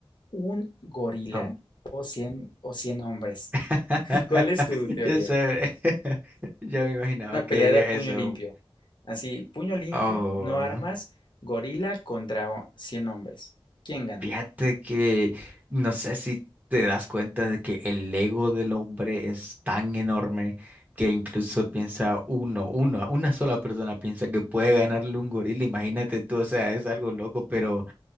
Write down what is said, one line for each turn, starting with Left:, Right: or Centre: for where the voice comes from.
Left: ¿Un gorila
Right: ok.
Left: o cien o 100 hombres?
Right: <laughs>
Left: <laughs> ¿Cuál es tu teoría?
Right: Ya sé, <laughs> ya me imaginaba
Left: En Una pelea
Right: que diría
Left: de puño
Right: eso.
Left: limpio. Así, puño limpio,
Right: Oh.
Left: no armas, gorila contra o- 100 hombres. ¿Quién gana?
Right: Fíjate que no sé si te das cuenta de que el ego del hombre es tan enorme que incluso piensa uno, uno, una sola persona piensa que puede ganarle un gorila. Imagínate tú, o sea, es algo loco, pero